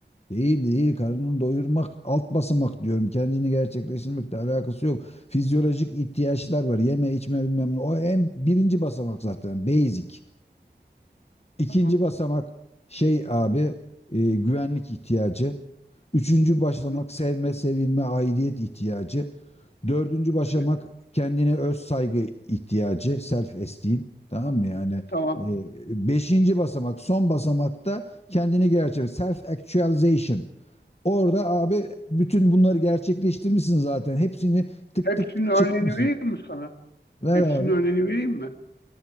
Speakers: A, on the left (about 35°); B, on the left (about 65°).
A: Değil değil, karnını doyurmak, alt basamak diyorum. Kendini gerçekleştirmekle alakası yok. Fizyolojik ihtiyaçlar var. Yeme, içme bilmem ne. O en birinci basamak zaten, basic. İkinci
B: Tamam.
A: basamak şey abi, e, güvenlik ihtiyacı. Üçüncü basamak
B: Hı, hı,
A: sevme, sevilme, aidiyet ihtiyacı. Dördüncü başamak
B: Evet,
A: kendine öz saygı ihtiyacı, self esteem.
B: tamam.
A: Tamam mı yani?
B: Tamam.
A: e, beşinci basamak, son basamakta kendini gerçek, self actualization. Orada abi bütün bunları gerçekleştirmişsin zaten. Hepsini tık
B: Hepsinin
A: tık tık
B: örneğini
A: çıkmışsın.
B: vereyim mi sana?
A: Ver
B: Hepsinin
A: abi.
B: örneğini vereyim mi?